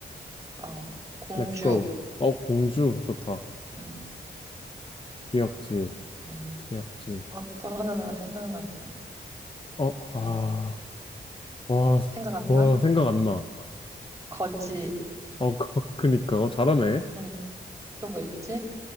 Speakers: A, on the right; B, on the left.
A: 어. 공주.
B: Let's go 어, 공주 좋다.
A: 음.
B: 기역지읒,
A: 음.
B: 기역지읒.
A: 어, 또 하나 나 생각났어.
B: 어,
A: 음.
B: 아, 와,
A: 생각 안
B: 와,
A: 나?
B: 생각 안 나.
A: 거지.
B: 어, 그- 그니까. 어, 잘하네.
A: 음. 또 뭐 있지?